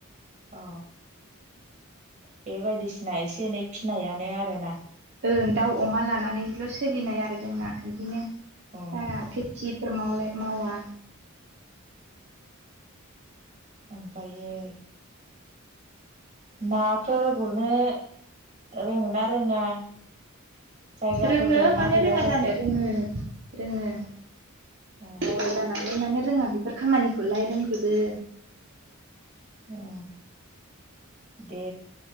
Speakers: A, on the right (about 35°); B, on the right (about 55°).
A: अ बे बायदिसिना एसे एनै फिनायानो आरोना
B: ओं दाउ अमा लानानैल' सोलिनाय आरो जोंना बिदिनो।
A: अ
B: बारा खेथिफोर मावलाय मावा
A: ओमफ्रायो नाफोर गुरनो रोंङोना रोङा जायगाफोर
B: रोङो
A: दंना
B: मानो
A: गैया
B: रोङा
A: जाखो
B: जानो रोङो रोङो
A: अ
B: बर' जानानैलाय मानो रोङा बेफोर खामानिखौलाय रोंजोबो
A: अ दे